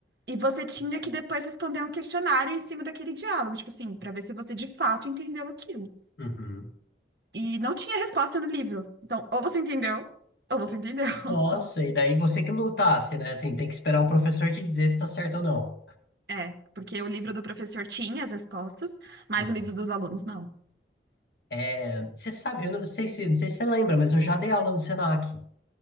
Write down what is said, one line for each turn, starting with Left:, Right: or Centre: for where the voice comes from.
Right: e você tinha que depois responder um questionário em cima daquele diálogo, tipo assim, para ver se você de fato entendeu aquilo.
Left: uhum,
Right: E não tinha resposta no livro. Então, ou você entendeu, ou você entendeu. <laughs>
Left: Nossa, e daí você que lutasse, né? Assim, tem que esperar o professor te dizer se tá certo ou não.
Right: É, porque o livro do professor tinha as respostas, mas
Left: uhum.
Right: o livro dos alunos não.
Left: É, você sabe, eu não sei se, não sei se você lembra, mas eu já dei aula no Senac.